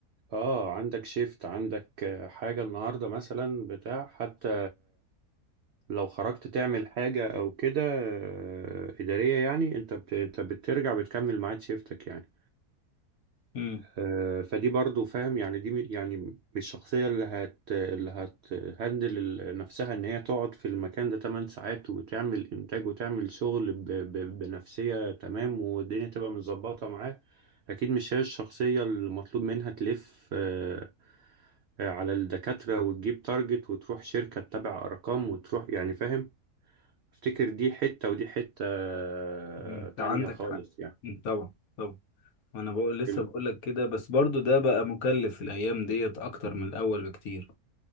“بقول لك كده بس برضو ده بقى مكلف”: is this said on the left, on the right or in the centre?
Left